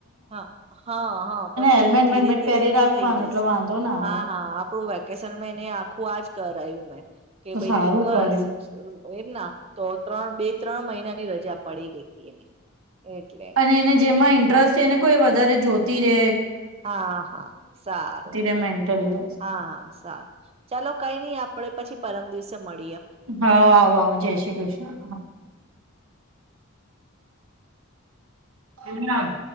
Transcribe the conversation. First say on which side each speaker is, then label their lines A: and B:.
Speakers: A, on the right (about 30°); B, on the right (about 80°).
A: હા, હા, હા, પછી
B: હેલ્મેટ
A: એ તો ધીરે
B: વેલ્મેટ
A: ધીરે
B: પહેરી રાખવાનું
A: થઈ જશે
B: એટલે વાંધો ના
A: હા,
B: આવે
A: હા, આપડું વેકેશનમાં એને આખું આજ કરાયુ મેં કે
B: તો
A: ભાઈ
B: સારું
A: તું કર
B: કર્યું
A: એમ ના તો ત્રણ, બે, ત્રણ, મહિના ની રજા પડી ગઈ. હતી એની એટલે
B: અને એને જેમાં ઇન્ટરેસ્ટ
A: હા
B: છે એને કોઈ વધારે જોતી રહે
A: હા, હા, સારું
B: રે મેન્ટલી
A: હા હા સારું ચાલો કઈ નઈ આપડે પછી પરમ દિવસે મડ
B: હા, આવ, આવ, જય શ્રી કૃષ્ણ એમના જ